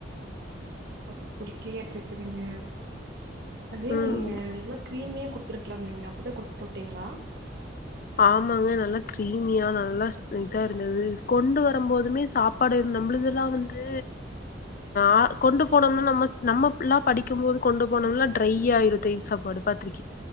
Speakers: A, on the right; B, on the left.
A: ஓ புடிக்கலயாட்ருக்குதுங்க அது
B: ம்
A: நீங்க நல்ல கிரீமியா குடுத்துருக்கலாமுல்லிங்க அப்டிதா குடுத்துட்டிங்ளா
B: ஆமாங்க நல்லா கிரீமியா நல்லா ஸ் இதா இருந்தது கொண்டு வரும்போதுமே சாப்பாடு இருந் நம்மளுதெல்லா வந்து ஆ கொண்டு போனோம்னா நம்ம நம்ம பில்லா படிக்கும்போது கொண்டு போனம்னா ட்ரையாயிரு தயிர் சாப்பாடு பாத்ருக்